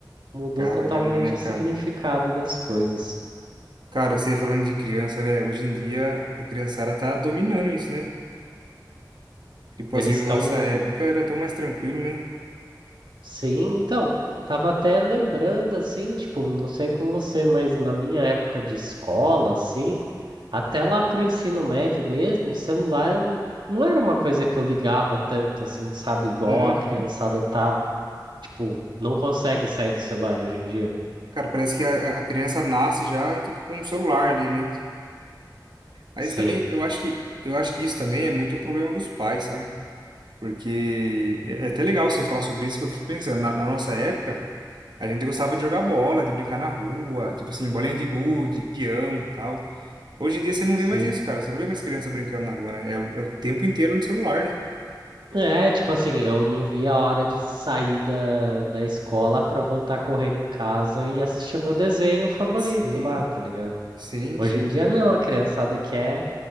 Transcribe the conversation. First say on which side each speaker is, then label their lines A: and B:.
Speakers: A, on the right (about 90°); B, on the right (about 75°).
A: mudou
B: caramba,
A: totalmente
B: né,
A: o
B: cara?
A: significado das coisas.
B: Cara, você falando de criança, né? Hoje em dia a criançada tá dominando isso, né? Tipo
A: Eles
B: assim, na
A: estão
B: nossa época era tão mais tranquilo, né?
A: Sim, então, tava até lembrando assim, tipo, não sei com você, mas na minha época de escola, assim, até lá pro ensino médio mesmo, o celular eu, n- não era uma coisa que eu ligava tanto, assim, sabe, igual
B: Uhum.
A: a criançada tá, tipo, não consegue sair do celular hoje em dia.
B: Cara, parece que a, a criança nasce já, tipo, com um celular ali, né? Aí
A: Sim,
B: isso também, eu acho que, eu acho que isso também é muito problema dos pais, sabe? Porque é é até legal você falar sobre isso, que eu fico pensando, na na nossa época. A gente gostava de jogar bola, de brincar na rua, tipo assim, bolinha de gude, peão, e tal. Hoje em dia você não
A: sim.
B: vê mais isso, cara. Você não vê mais criança brincando na rua, né? É, o é o tempo inteiro no celular, né?
A: É, tipo assim, eu não via a hora de sair da, da escola pra voltar correndo em casa e assistir o meu desenho favorito
B: Sim,
A: lá, tá ligado?
B: sim,
A: Hoje
B: sim.
A: em dia não, a criançada quer.